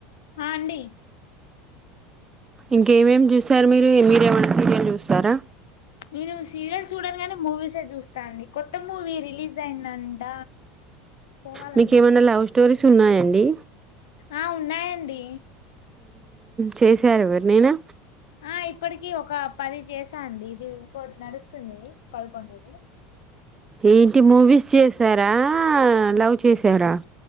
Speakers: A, on the left; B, on the right.
A: హ అండి
B: ఇంకేమేమి చూస్తారు మీరు మీరేం అన్న సీరియల్ చూస్తారా
A: నేను సీరియల్స్ చూడాను కానీ మూవీస్ ే చూస్తాండి కొత్త మూవీ రిలీజ్ అయిందంట పోవాలండి
B: మీకు ఏమన్నా లవ్ స్టోరి సున్నాయంండి
A: ఆ ఉన్నాయంండి
B: చేసారు ఎవరు నేనా
A: ఆ ఇప్పటికి ఒక పది చేసా అండి ఇది ఇంకోటి నడుస్తుంది పదకొండది
B: ఏంటి మూవీస్ చేసారా లవ్ చేసారా